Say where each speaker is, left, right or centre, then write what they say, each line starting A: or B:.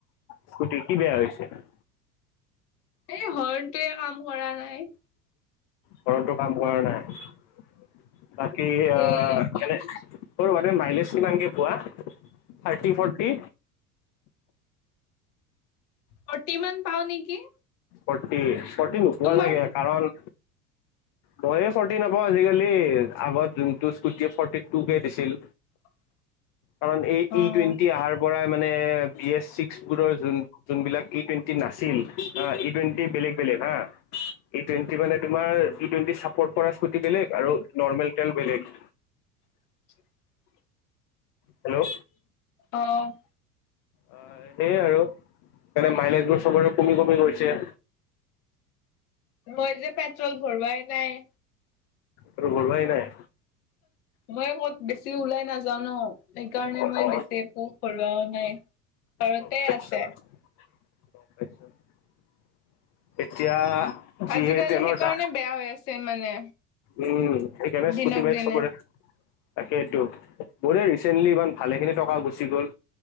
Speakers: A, on the left (about 40°); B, on the left (about 65°).
A: স্কুটিৰ কি বেয়া হয় হৈছে?
B: এই হৰ্ণটয়ে কাম কৰা নাই।
A: হৰ্ণটো কাম কৰা নাই। বাকী
B: সেই
A: কেনে মানে মাইলেজ কিমানকে পোৱা থাৰ্টি-ফৰ্টি?
B: ফৰ্টি মান পাওঁ নেকি।
A: ফৰ্তি, ফৰ্তি নোপোৱা
B: তোমাৰ
A: চাগে। কাৰণ ময়ে ফৰ্তি নাপাওঁ আজিকালি আগত যোনটো স্কুটি ফৰ্তি টু কে দিছিল।
B: <inaudible>
A: কাৰণ এই তি
B: অ'
A: টুৱেণ্টি আহাৰ পৰাই মানে বি এছ ছিক্সবোৰৰ যোন যোনবিলাক ই টুৱেণ্টি নাছিল হা, ই টুৱেণ্টি বেলেগ বেলেগ হা ই টুৱেণ্টি মানে তোমাৰ টুৱেন্টি চাপৰ্ট কৰা স্কুটি বেলেগ আৰু নৰ্মেল তেল বেলেগ।
B: <inaudible>
A: হেল্ল'।
B: অহ।
A: অ সেইয়ে আৰুে মাইলেজবোৰ চবৰে কমি কমি গৈছে।
B: মই যে পেট্ৰল ভৰোৱাই নাই।
A: পেট্ৰল ভৰোৱায়ে নাই।
B: মই ক'ত বেছি ওলাই নাযাওঁ। জানো সেইকাৰণে
A: অ
B: মই
A: অ
B: বেছি একো ভৰোৱা নাই। ঘৰতে
A: গম পাইছো
B: আছে।
A: গম <inaudible> এতিয়া যিহে
B: আজিকালি
A: তেলৰ
B: সেইকাৰণে
A: দাম
B: বেয়া হৈ আছে মানে।
A: উম সেইকাৰনে
B: দিনক
A: স্কুটি বাইক
B: দিনে
A: চবৰে তাকেইটো। মোৰে ৰিচেণ্টলি ইমান ভালেখিনি টকা গুচি গ'ল।